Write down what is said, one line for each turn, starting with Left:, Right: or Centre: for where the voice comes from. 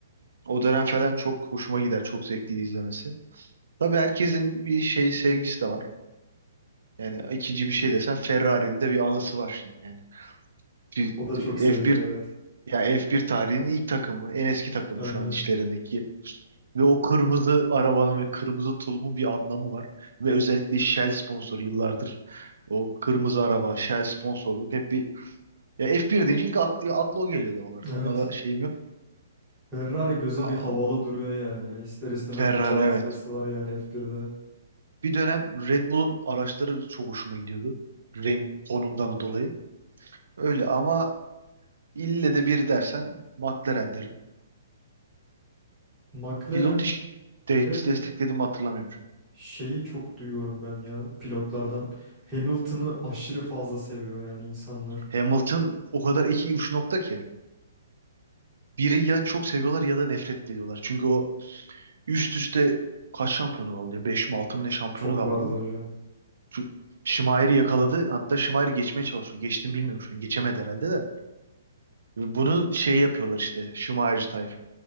Right: O dönem falan çok hoşuma gider. Çok zevkliydi izlemesi. Tabii herkesin bir şey sevgisi de var. Yani ikinci bir şey desen Ferrari'nin de bir anısı var şimdi yani. Bir-
Centre: O da çok sevilir
Right: F1
Centre: evet.
Right: ya F1 tarihinin ilk takımı, en eski takımı
Centre: Aynen.
Right: şu an işlerindeki Ve o kırmızı arabanın ve kırmızı tulumun bir anlamı var. Ve özellikle Shell sponsoru yıllardır. O kırmızı araba, Shell sponsorluk hep bir... Ya F1 deyince ilk aklı, aklı o geliyor doğal olarak.
Centre: Evet.
Right: Ona da şeyim yok.
Centre: Ferrari göze
Right: Aa,
Centre: bir havalı duruyor yani ya. İster istemez
Right: Ferrari
Centre: bir cazibesi
Right: evet.
Centre: var yani F1'de.
Right: Bir dönem Red Bull'un araçları çok hoşuma gidiyordu. Renk tonundan dolayı. Öyle ama ille de biri dersen McLaren derim.
Centre: McLaren
Right: Pilot iş de-
Centre: ve
Right: desteklediğimi hatırlamıyorum şu an.
Centre: Şeyi çok duyuyorum ben ya pilotlardan. Hamilton'ı aşırı fazla seviyor yani insanlar.
Right: Hamilton o kadar iki uç nokta ki. Biri ya çok seviyorlar ya da nefret ediyorlar. Çünkü o Üst üste kaç şampiyonu kaldı ya? beş mi 6 mı ne şampiyonu
Centre: Çok
Right: kaldı
Centre: vardı
Right: bu?
Centre: hocam.
Right: Şu Şimayer'i yakaladı. Hatta Şimayer'i geçmeye çalışıyor. Geçtim bilmiyorum şu an. Geçemedi herhalde de. Ve Bunu şey yapıyorlar işte. Şimayerci tayfa.